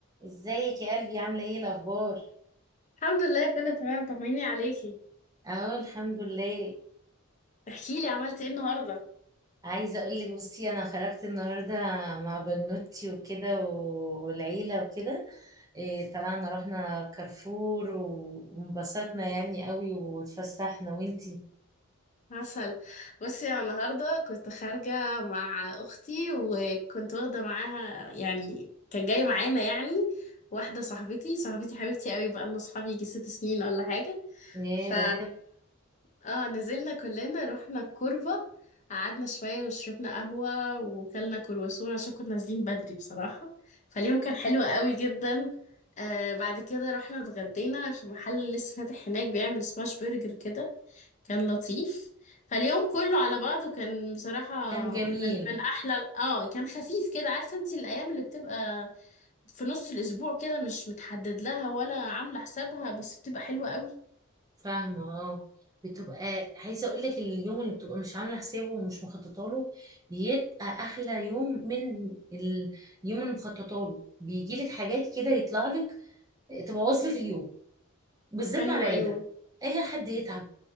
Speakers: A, on the right; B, on the left.
A: ازيك يا قلبي عامله ايه الاخبار
B: الحمد لله كله تمام طمني عليكي
A: اهو الحمد لله
B: احكي لي عملتي ايه النهارده
A: عايزه اقول لك بصي انا خرجت النهارده مع بنوتي وكده و- والعيله وكده إيه طلعنا رحنا كارفور و- وانبسطنا يعني قوي واتفسحنا وانتي
B: عسل بصي انا النهارده كنت خارجه مع اختي وكنت واخده معاها يعني كان جاي معانا يعني واحده صاحبتي صاحبتي حبيبتي قوي بقى لنا صحاب يجي ست سنين ولا حاجه
A: ايه
B: ف
A: ده حلو
B: اه نزلنا كلنا رحنا الكوربة قعدنا شوية وشربنا قهوة وكلنا كرواسون عشان كنا نازلين بدري بصراحة فاليوم كان حلو قوي جدا آه بعد كده رحنا اتغدينا في محل لسه فاتح هناك بيعمل سماش برجر كده كان لطيف فاليوم كله على بعضه كان بصراحة
A: كان جميل
B: من من أحلى اه كان خفيف كده عارفة انت الأيام اللي بتبقى في نص الأسبوع كده مش متحدد لها ولا عاملة حسابها بس بتبقى حلوة قوي
A: فاهمه اه بتبقى عايزه اقول لك اليوم اللي بتبقى مش عامله حسابه ومش مخططه له بيبقى احلى يوم من ال- اليوم اللي مخططه له بيجي لك حاجات كده يطلع لك تبوظ لك اليوم بالذات
B: أيوة
A: مع العيله
B: أيوة
A: اي حد يتعب